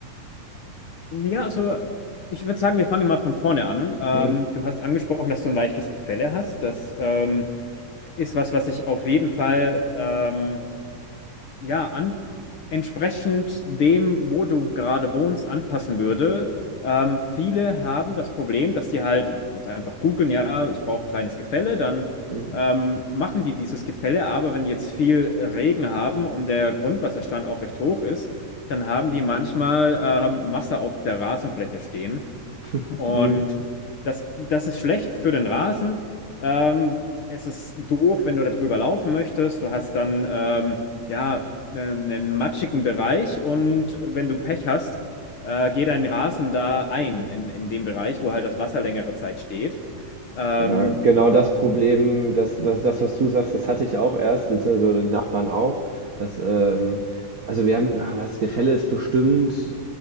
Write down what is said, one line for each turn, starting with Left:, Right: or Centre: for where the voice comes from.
Left: Ja, also ich würde sagen, wir fangen mal von vorne an. Ähm,
Right: Hm?
Left: du hast angesprochen, dass du ein leichtes Gefälle hast. Das ähm, ist was, was ich auf jeden Fall ähm, ja, an, entsprechend dem, wo du gerade wohnst, anpassen würde. Ähm, viele haben das Problem, dass die halt jetzt einfach googeln, ja, ich brauche ein kleines Gefälle, dann
Right: Hm?
Left: ähm, machen die dieses Gefälle, aber wenn die jetzt viel Regen haben und der Grundwasserstand auch recht hoch ist, dann haben die manchmal ähm, Masse auf der Rasenfläche stehen.
Right: <laughs>
Left: Und das, das ist schlecht für den Rasen. Ähm, es ist doof, wenn du da drüber laufen möchtest. Du hast dann ähm, ja einen, einen matschigen Bereich und wenn du Pech hast, äh, geht dein Rasen da ein in, in dem Bereich, wo halt das Wasser längere Zeit steht. Ähm,
Right: Ja, genau das Problem, das, was, das, was du sagst, das hatte ich auch erst, beziehungsweise die Nachbarn auch. Dass, ähm, also wir haben, aber das Gefälle ist bestimmt